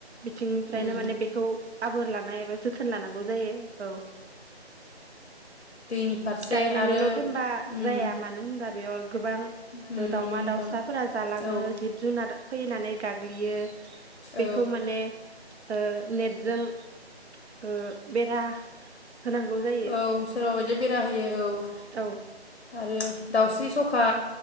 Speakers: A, on the right; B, on the left.
A: बि थिंनिफ्रायनो
B: उम
A: माने बेखौ आबोर लानाय एबा जोथोन लानांगौ जायो औ।
B: दैनि फारसे
A: गायनानैल'
B: आरो
A: दोनबा
B: उम
A: जाया मानो होनबा बेयाव गोबां
B: उम
A: दाउमा
B: नंगौ नोंथां
A: दाउसाफोरा जालाङो
B: औ
A: जिब जुनार फैनानै गाग्लियो बेखौ
B: औ
A: माने ओ नेटजों आ बेेरा होनांगौ जायो
B: औ सोरबा बायदिया बेरा होयो औ
A: औ
B: आरो दाउस्रि सखा